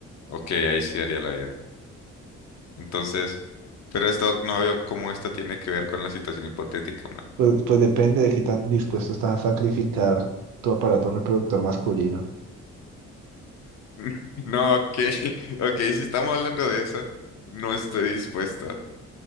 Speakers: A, on the left; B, on the right.
A: Ok, ahí sí daría la vida. Entonces, pero esto no veo cómo esto tiene que ver con la situación hipotética, mano.
B: Pues, pues depende de qué tan dispuesto estás a sacrificar tu aparato reproductor masculino.
A: <laughs> No, ok, <laughs> ok, si estamos hablando de eso, no estoy dispuesto.